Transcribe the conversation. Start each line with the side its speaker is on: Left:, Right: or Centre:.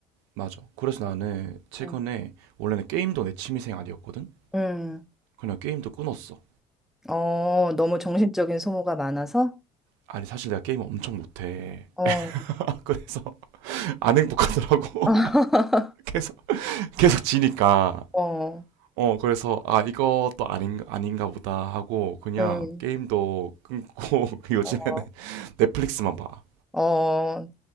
Right: 맞아. 그래서 나는 최근에
Centre: 음,
Right: 원래는 게임도 내 취미생활이었거든.
Centre: 음.
Right: 그냥 게임도 끊었어.
Centre: 어, 너무 정신적인 소모가 많아서?
Right: 아니 사실 내가 게임을 엄청 못해.
Centre: 어,
Right: <laughs> 그래서 안 행복하더라고.
Centre: <laughs>
Right: <laughs> 계속 계속 지니까.
Centre: 어,
Right: 어 그래서 아 이것도 아닌 아닌가 보다 하고 그냥
Centre: 음,
Right: 게임도 끊고 <laughs> 요즘에는
Centre: 어,
Right: 넷플릭스만 봐.
Centre: 어.